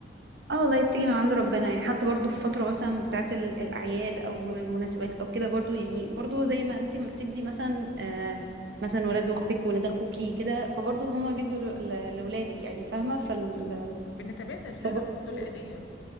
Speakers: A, on the right; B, on the left.
A: اه والله تيجي من عند ربنا يعني حتى برضو في فترة مثلا بتاعت ال- الأعياد أو المناسبات أو كده برضو يعني برضو زي ما انتي ما بتدي مثلا آه مثلا ولاد أختك ولاد أخوكي كده فبرضو هما بيدوا ل- ل- لولادك يعني فاهمة فال
B: ايوه بنتبادل فعلا
A: فبرضو
B: برضو العيديه